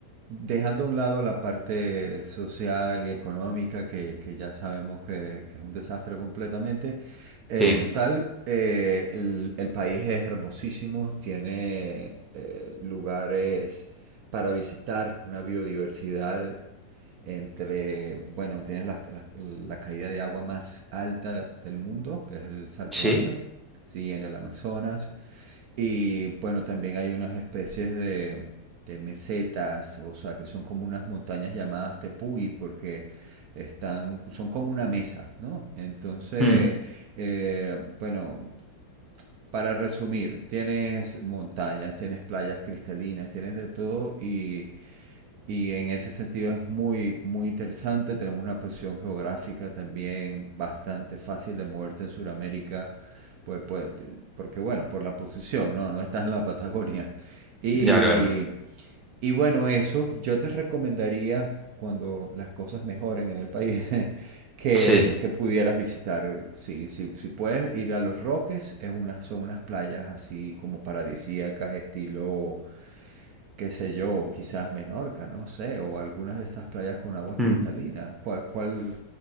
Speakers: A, on the right (about 45°); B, in the centre.
A: dejando a un lado la parte social y económica, que, que ya sabemos que, que es un desastre completamente, eh,
B: sí.
A: total, eh, el, el país es hermosísimo, tiene eh, lugares para visitar, una biodiversidad entre, bueno, tienes la, la- la caída de agua más alta del mundo, que es el Salto
B: ¿Sí?
A: Ángel, sí, en el Amazonas. Y bueno, también hay unas especies de, de mesetas, o sea, que son como unas montañas llamadas tepuis, porque están, son como una mesa, ¿no? Entonces,
B: Mm,
A: eh, bueno, para resumir, tienes montañas, tienes playas cristalinas, tienes de todo y y en ese sentido es muy, muy interesante. Tenemos una posición geográfica también bastante fácil de moverte en Sudamérica, pues, pues, te- porque bueno, por la posición, ¿no? No estás en la Patagonia. Y,
B: Ya, claro.
A: y bueno, eso, yo te recomendaría, cuando las cosas mejoren en el país, <laughs> que,
B: Sí.
A: que pudieras visitar. Si, si, si puedes ir a Los Roques, es una, son unas playas así como paradisíacas, estilo qué sé yo, quizás Menorca, no sé, o algunas de estas playas con aguas cristalinas.
B: Mm,
A: ¿Cuál, cuál...